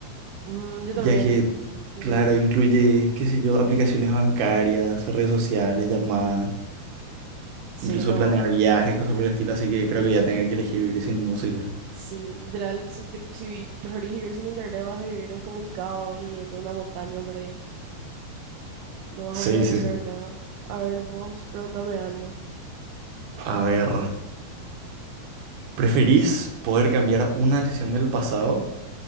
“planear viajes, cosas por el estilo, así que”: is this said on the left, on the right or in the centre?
Right